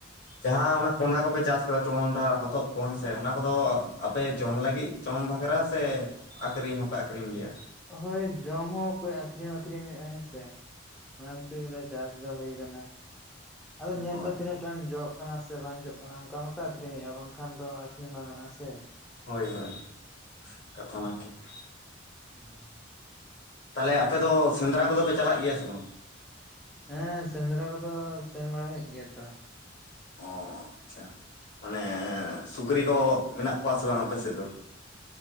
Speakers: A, on the left (about 60°); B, in the centre.
A: ᱡᱟᱦᱟᱸ ᱚᱱᱟ ᱠᱚᱸᱰᱷᱟ ᱠᱚᱯᱮ ᱪᱟᱥ ᱟᱠᱟᱫᱟ ᱴᱚᱦᱚᱱᱰᱟ ᱦᱚᱛᱚᱫ ᱠᱚ ᱦᱮᱸᱥᱮ ᱚᱱᱟ ᱠᱚᱫᱚ ᱟᱯᱮ ᱡᱚᱢ ᱞᱟᱹᱜᱤᱫ? ᱪᱚᱢ ᱵᱟᱠᱷᱨᱟ ᱥᱮ ᱟᱠᱷᱨᱤᱧ ᱦᱚᱸᱯᱮ ᱟᱠᱷᱨᱤᱧ ᱜᱮᱭᱟ?
B: ᱦᱳᱭ ᱡᱚᱢ ᱦᱚᱸ, ᱚᱠᱚᱭ ᱟᱹᱠᱷᱨᱤᱧ ᱦᱚᱸ ᱟᱹᱠᱷᱨᱤᱧ ᱦᱩᱭᱩᱜᱼᱟ ᱦᱮᱸ ᱥᱮ᱾ ᱚᱱᱟ ᱠᱷᱟᱹᱛᱤᱨ ᱜᱮ ᱫᱚ ᱪᱟᱥ ᱫᱚ ᱦᱩᱭ ᱟᱠᱟᱱᱟ᱾ ᱟᱫᱚ ᱧᱮᱞ
A: ᱦᱳᱭ
B: ᱫᱚ ᱛᱤᱱᱟᱹᱜ, <inaudible> ᱡᱚᱜ ᱠᱟᱱᱟ ᱥᱮ ᱵᱟᱝ ᱡᱚᱜ ᱠᱟᱱᱟ ᱚᱱᱠᱟ ᱢᱟᱛᱚ ᱟᱹᱠᱷᱨᱤᱧ ᱦᱩᱭᱩᱜᱼᱟ ᱵᱟᱝᱠᱷᱟᱱ ᱫᱚ ᱟᱹᱠᱷᱨᱤᱧ ᱵᱟᱝ ᱜᱟᱱᱚᱜᱼᱟ ᱥᱮ,
A: ᱦᱳᱭ ᱦᱳᱭ ᱠᱟᱛᱷᱟ ᱢᱟ ᱴᱷᱤᱠ ᱜᱮᱭᱟ
B: ᱦᱮᱸ᱾
A: ᱛᱟᱞᱦᱮ ᱟᱯᱮ ᱫᱚ ᱥᱮᱸᱫᱽᱨᱟ ᱠᱚᱫᱚ ᱯᱮ ᱪᱟᱞᱟᱜ ᱜᱮᱭᱟ ᱥᱮ ᱵᱟᱝ?
B: ᱦᱮᱸ, ᱥᱮᱸᱫᱽᱨᱟ ᱠᱚᱫᱚ ᱥᱮᱱ ᱵᱟᱲᱟ ᱦᱳᱭᱳᱜ ᱜᱮᱭᱟ ᱛᱚ᱾
A: ᱚᱸ ᱟᱪᱪᱷᱟ ᱢᱟᱱᱮ ᱥᱩᱠᱨᱤ ᱠᱚ ᱢᱮᱱᱟᱜ ᱠᱚᱣᱟ ᱥᱮ ᱵᱟᱝ ᱟᱯᱮ ᱥᱮᱫ ᱫᱚ?